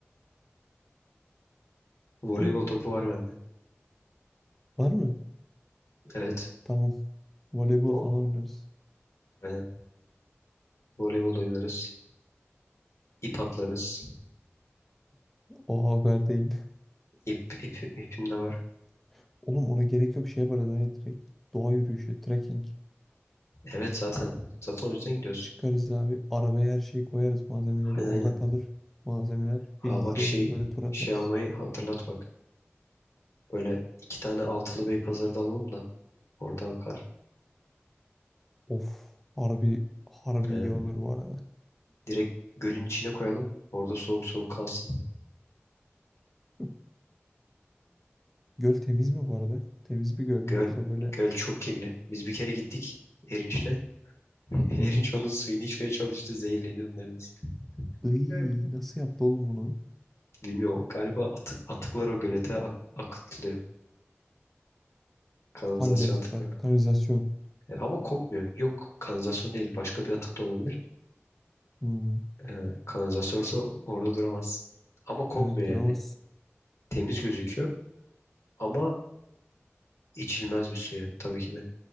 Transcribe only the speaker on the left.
<laughs> Voleybol
topu var bende.
Evet.
O.
Aynen. Voleybol da oynarız. İp atlarız.
İp, ip, ipim de var.
Evet zaten. Zaten o yüzden gidiyoruz.
Aynen
aynen.
Aa
bak şey
şey almayı hatırlat bak. Böyle iki tane altılı bey pazarı da alalım da orada bakar.
Ee,
Direkt gölün içine koyalım. Orada soğuk soğuk kalsın.
Göl
göl çok kirli. Biz bir kere gittik Erinç'le. <laughs> Erinç
onun suyunu içmeye çalıştı. Zehirleniyordu neredeyse.
Evet.
Bilmiyorum galiba atı- atıklar o gölete a- akıtılıyor. Kanalizasyon
atıkları.
E, ama kokmuyor. Yok kanalizasyon değil. Başka bir atık da olabilir.
E, kanalizasyon olsa orada duramaz. Ama kokmuyor
yani.
Temiz gözüküyor ama içilmez bir su yani tabii ki de.